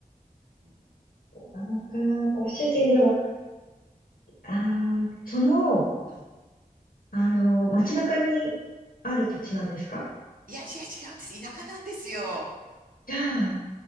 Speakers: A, on the right (about 65°); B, on the left (about 70°).
A: うん
B: なのか、ご主人でも、ああ、その、
A: うん
B: あの、街中にある土地なんですか
A: いやいや違うんです。田舎なんですよ。
B: じゃあ、